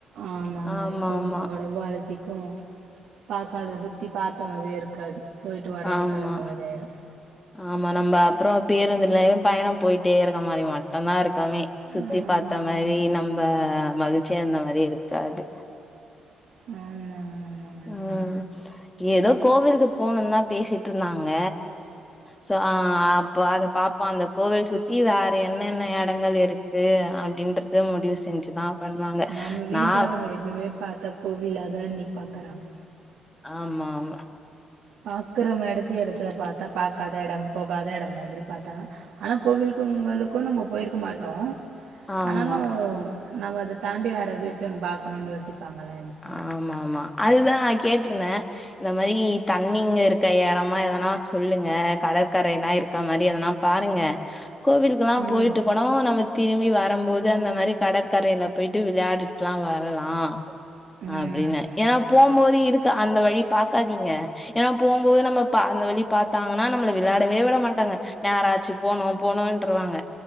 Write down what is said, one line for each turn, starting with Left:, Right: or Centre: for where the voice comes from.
Right: ஆமாங்க அண்ணி
Left: ஆமா
Right: இப்ப
Left: ஆமா
Right: ஒடம்பும் அலத்திக் கு பாக்காத சுத்தி பாத்த மாரியு இருக்கும் க்காது போயிட்டு ஒடனே
Left: ஆமா
Right: கெளம்பன மாரி ஆயிரும்
Left: ஆமா நம்ப அப்றொ பேருந்துலயே பயணோ போயிட்டே இருக்க மாரி மட்டுந்தா இருக்குமே சுத்தி
Right: ஆமாங்க
Left: பாத்த மாரி
Right: அண்ணி
Left: நம்ப மகிழ்ச்சியா இருந்த மாரி இருக்காது
Right: ஆமாங்க ஆமாங்க
Left: ம் ஏதோ கோவில்கு போணுன்தா பேசிட்ருந்தாங்க ச ஆ அப்ப அத பாப்பொ அந்த கோவில் சுத்தி வேற என்னென்ன எடங்கள் இருக்கு அப்டின்றது முடிவு செஞ்சுதா பண்ணுவாங்க
Right: நம்ப வீட்டாளுங்க
Left: நா
Right: எப்பய்மே பாத்தா கோவிலாதா அண்ணி பாக்குறாங்க
Left: ஆமா ஆமா
Right: பாக்குறமேடத்தயே எடத்துல பாத்தா பாக்காத எடம் போகாத எடம் மாதிரி பாத்தாங்கனா ஆனா கோவில்க்கு உங்களுக் கு நம்ப போயிருக்க மாட்டோ
Left: ஆமா
Right: ஆனாலு நவ்வாது தாண்டி வேறதாச்சு ஒன்னு பாக்கணுன் யோசிப்பாங்கல
Left: ஆமா ஆமா அதுதா நா கேட்ருந்தே இந்த மாரி தண்ணிங்க இருக்க எடமா எதனா சொல்லுங்க கடற்கரைலா இருக்க மாரி எதனா பாருங்க கோவிலுக்கலா
Right: ம்
Left: போயிட்டு கூட நம்ம திரும்பி வரம்போது அந்த மாரி கடற்கரைல போயிட்டு விளையாடிட்லா வரலா
Right: ம்
Left: அப்டின்னு
Right: அண்ணி
Left: எனா போம்போது இருக் க அந்த வழி பாக்காதீங்க எனா போம்போது நம்ம ப அந்த வழி பாத்தாங்கனா நம்மள விளாடவே விட மாட்டாங்க நேராச்சு போனு போனுன்ருவாங்க